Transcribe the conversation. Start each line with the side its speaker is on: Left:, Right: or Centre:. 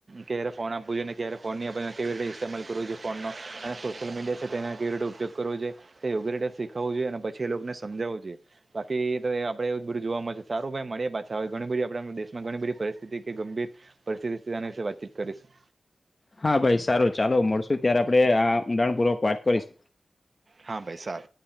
Right: ક્યારે ફોન આપવું જોઈએને ક્યારે ફો ની આપ કેવી રીતે ઇતેમાલ કરવું જોઈએોનનો અને સોશિયલ મીડિયા છે તેના કેવી રીતે ઉપયોગ કરો જો યોગ્ય રીતે શીખું જોઈએ પછ એ લોકોને સમજાવું જોઈએ બાકી તો આપણે એવું બધું જોવા મળશે સારું ભાઈ મળે પાછા હ ઘણી બધી આપણે દેશમાં ઘણી બધી પરિસ્થિતિ કે ગંભીર. પરિસ્થિતિ સની વિશે વાતચીત કરીશું.
Left: હા ભાઈ સારું ચાલો મળશું ત્યારે આપડણે આ ઊંડાણપૂર્વક વાત કરીશ.
Right: હા ભાઈ સાર